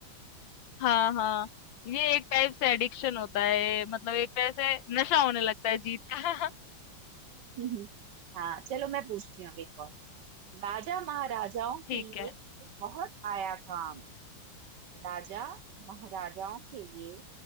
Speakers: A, on the left (about 70°); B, on the right (about 70°).
A: हाँ, हाँ। ये एक टाइप से एडिक्शन होता है, मतलब एक तरह से नशा होने लगता है जीत का। <laughs>
B: हम्म हाँ चलो मैं पूछती हूँ अब एक और राजा महाराजाओं के
A: ठीक
B: ये
A: है।
B: कभी बहुत आया काम राजा महाराजाओं के ये